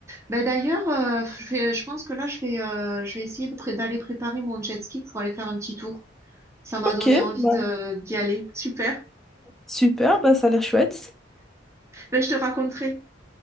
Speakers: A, on the right; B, in the centre.
A: Ben d'ailleurs, euh, je vais- je pense que là, je vais, euh, je vais essayer de pré- d'aller préparer mon jet ski pour aller faire un petit tour. Ça m'a
B: ok,
A: donné envie
B: bah,
A: de, d'y aller. Super.
B: super, bah, ça a l'air chouette.
A: Ben, je te raconterai.